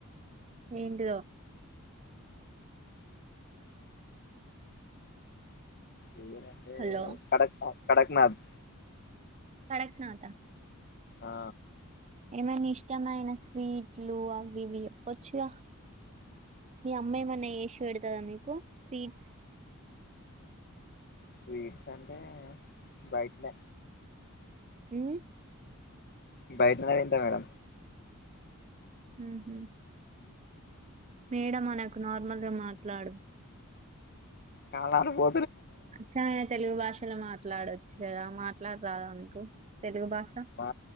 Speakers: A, on the right; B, on the left.
A: ఏంటిదో
B: <unintelligible>
A: హలో
B: కడత కడక్నద్
A: కడక్నాత
B: ఆ
A: ఏమైనా ఇష్టమైన స్వీట్లు అవి ఇవి చెప్పచ్చుగ. మీ అమ్మా ఏమన్నా చేశ్ పెడతద మీకు స్వీట్స్.
B: స్వీట్స్ అంటే బయట్నే
A: ఉమ్
B: బయటనే తింట మేడం
A: ఉహుమ్ మేడం అనకు నార్మల్గా మాట్లాడు
B: కాలాల పో
A: అచ్చమైన తెలుగు భాష <inaudible> మాట్లాడొచ్చు కదా మాట్లాడరాదా మీకు తెలుగు భాష
B: మా